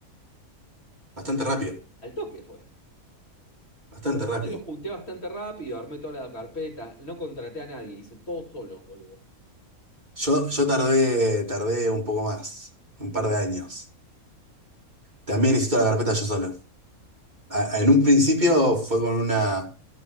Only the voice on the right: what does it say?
Bastante rápido.
Bastante
rápido.
Yo, yo tardé, tardé un poco más. Un par de años. También hice toda la carpeta yo solo. A- en un principio fue con una,